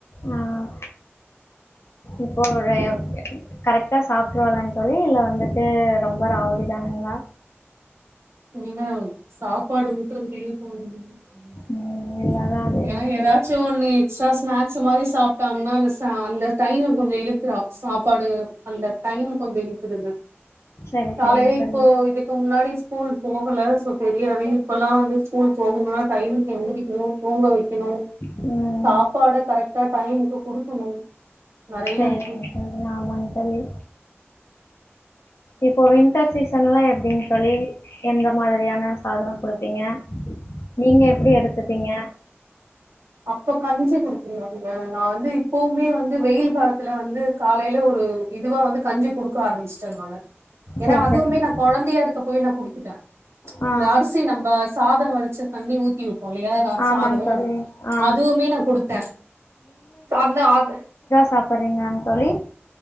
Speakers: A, on the left (about 65°); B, on the right (about 70°).
A: ம் இப்போ <unintelligible> கரெக்ட்டா சாப்புட்ருவாலாங் தோழி இல்ல வந்துட்டு ரொம்ப ராவடி தானுங்களா
B: இல்லினா சாப்பாடு ஊட்டறதுக்குள்ளயே போதும் <unintelligible>
A: ம், எல்லாரும் அதே
B: ஏன்
A: தாங்க
B: எதா
A: தோழி
B: ச்சு ஒண்ணு எக்ஸ்ட்ரா ஸ்நாக்ஸ்சு மாறி சாப்ட்டாங்கன்னா அந்த சா அந்த டைமு கொஞ்ச இழுக்குற சாப்பாடு அந்த டைம் கொஞ்ச இழுத்துடுது
A: சரி
B: காலையில
A: சரிங்க தோழி
B: இப்போ இதுக்கு முன்னாடி ஸ்கூல் போகல ஸோ தெரியாது இப்போலா வந்து ஸ்கூல் போகணும்னா டைமுக்கு எழுந்திரக்கணு தூங்க வைக்கணு
A: ம்
B: சாப்பாட கரெக்ட்டா டைமுக்கு குடுக்கணு நெறைய
A: செரிங்
B: இருக்கு
A: தோழி ஆமாங் தோழி இப்ப வின்டர் சீசன்லா எப்டிங் தோழி எந்த மாதிரியான சாதம் குடுப்பீங்க நீங்க எப்டி எடுத்துப்பீங்க
B: அப்போ கஞ்சி குடுத்துருவோங்க நா வந்து இப்பவுமே வந்து வெயில் காலத்துல வந்து காலையில ஒரு இதுவா வந்து கஞ்சி குடுக்க ஆரம்பிச்ட நானு ஏன்னா
A: சரி
B: அதுவுமே
A: சரிங்க
B: நா குழந்தையா இருக்கப்போவே நா குடுத்துட்ட
A: ஆ
B: இந்த அரிசி நம்ப சாதோ வடிச்ச தண்ணி ஊத்தி வைப்போயில்லையா
A: ஆமாங்க
B: சாதோ
A: தோழி ஆ
B: அதுவுமே நா குடுத்த அந்த ஆ து
A: சாப்பட்றீங்களா‌ங் தோழி